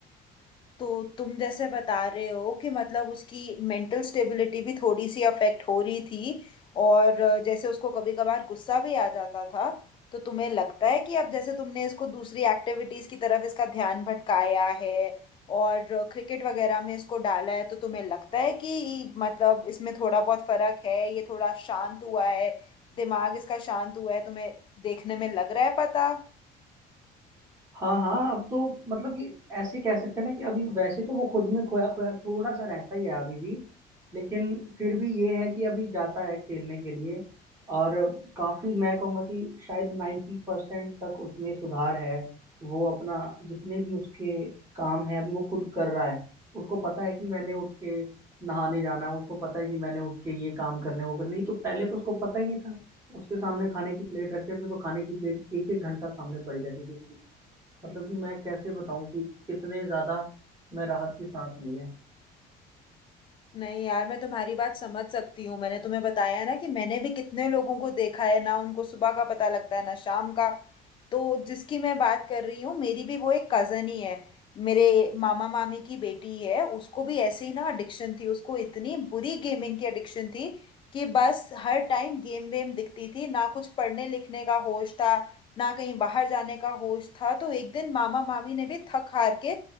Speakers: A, on the left; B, on the right.
A: तो तुम जैसे बता रहे हो कि मतलब उसकी मेंटल स्टेबिलिटी भी थोड़ी सी अफेक्ट हो रही थी और अ, जैसे उसको कभी कभार गुस्सा भी आ जाता था तो तुम्हें लगता है कि अब जैसे तुमने इसको दूसरी एक्टिविटीज की तरफ इसका ध्यान भटकाया है और क्रिकेट वगैरह में इसको डाला है तो तुम्हें लगता है कि मतलब इसमें थोड़ा बहुत फर्क है ये थोड़ा शांत हुआ है दिमाग इसका शांत हुआ है तुम्हें देखने में लग रहा है पता
B: हाँ हाँ अब तो मतलब कि ऐसे कह सकते हैं ना कि अभी वैसे तो वो खुद में खोया खोया थोड़ा सा रहता ही है अभी भी लेकिन फिर भी ये है कि अभी जाता है खेलने के लिए और काफी मैं कहूँगा कि शायद नाइन्टी परसेंट तक उसमें सुधार है वो अपना जितने भी उसके काम है अभी वो खुद कर रहा है उसको पता है कि मैंने उठ के नहाने जाना है उसको पता है कि मैंने उठ के ये काम करने वो करने नहीं तो पहले तो उसको पता ही नहीं था उसके सामने खाने की प्लेट रखते थे तो खाने की प्लेट एक एक घंटा सामने पड़ी रहती थी मतलब कि मैं कैसे बताऊं कि कितने ज्यादा मैं राहत की सांस ली है
A: नहीं यार मैं तुम्हारी बात समझ सकती हूँ मैंने तुम्हें बताया ना कि मैंने भी कितने लोगों को देखा है ना उनको सुबह का पता लगता है ना शाम का तो जिसकी मैं बात कर रही हूँ मेरी भी वो एक कजन ही है मेरे मामा मामी की बेटी है उसको भी ऐसे ही ना एडिक्शन थी उसको इतनी बुरी गेमिंग की एडिक्शन थी कि बस हर टाइम गेम वेम दिखती थी ना कुछ पढ़ने लिखने का होश था ना कहीं बाहर जाने का होश था तो एक दिन मामा मामी ने भी थक हार के